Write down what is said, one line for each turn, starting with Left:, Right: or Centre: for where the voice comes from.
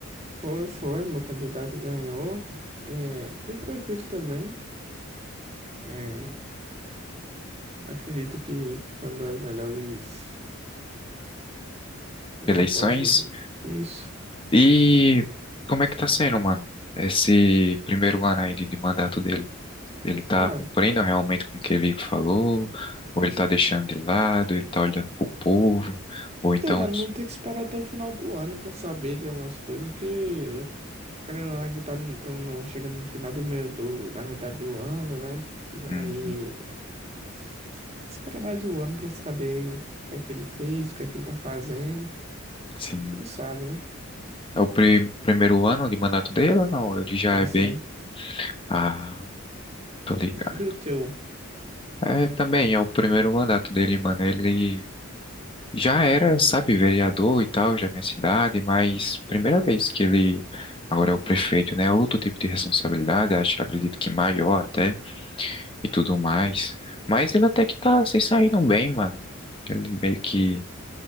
Right: Foi, foi, meu candidato ganhou. É, bem tranquilo também. É, acredito que foi uma das melhores. Como
Left: Eleições?
Right: é que eu posso dizer isso?
Left: E como é que tá sendo, mano? Esse primeiro ano aí de de mandato dele, ele tá
Right: Ah,
Left: cumprindo realmente com o que ele falou? Ou ele tá deixando de lado, ele tá olhando pro povo? Ou então,
Right: Tem, mano, vamos ter que esperar até o final do ano pra saber de algumas coisas, que eu, tô querendo ou não, ainda tá no- tão no- chegando no final do meu, do, da metade do ano, né? E
Left: hum,
Right: aí, s- s- esperar mais um ano pra saber o que é que ele fez, o que é que ele tá fazendo,
Left: sim,
Right: quem sabe, né?
Left: é o pri- primeiro ano de mandato dele ou não? Ele já
Right: É
Left: é bem...
Right: sim
Left: Ah, tô ligado.
Right: E o teu?
Left: É, também é o primeiro mandato dele, mano. Ele Já era, sabe, vereador e tal, já é minha cidade, mas primeira vez que ele agora é o prefeito, né? é Outro tipo de responsabilidade, acho, acredito que maior até e tudo mais. Mas ele até que tá se saindo bem, mano. Ele meio que